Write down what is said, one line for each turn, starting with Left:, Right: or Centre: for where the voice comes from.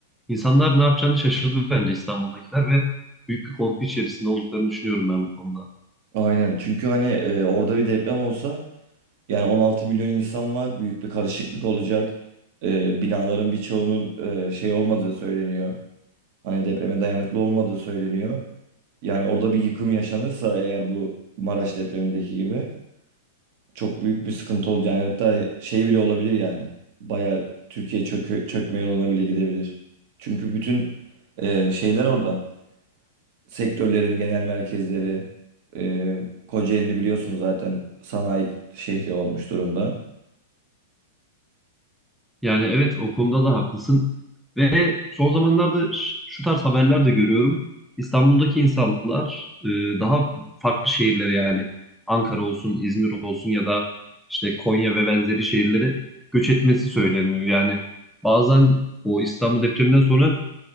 Centre: İnsanlar ne yapacağını şaşırdı bence İstanbul'dakiler ve büyük bir korku içerisinde olduklarını düşünüyorum ben bu konuda.
Right: Aynen çünkü hani e, orada bir deprem olsa yani 16 milyon insan var. Büyük bir karışıklık olacak. Ee, binaların birçoğunun e, şey olmadığı söyleniyor. Hani depreme dayanıklı olmadığı söyleniyor. Yani orada bir yıkım yaşanırsa eğer bu Maraş depremindeki gibi çok büyük bir sıkıntı olacak. Yani hatta şey bile olabilir yani. Bayağı Türkiye çökü, çökme yoluna bile gidebilir. Çünkü bütün e, şeyler orada. Sektörlerin genel merkezleri, e, Kocaeli'ni biliyorsun zaten sanayi şehri olmuş durumda.
Centre: Yani evet o konuda da haklısın. Ve son zamanlarda ş- şu tarz haberler de görüyorum. İstanbul'daki insanlar e, daha farklı şehirlere yani Ankara olsun, İzmir olsun ya da işte Konya ve benzeri şehirlere göç etmesi söyleniyor. Yani bazen o İstanbul depreminden sonra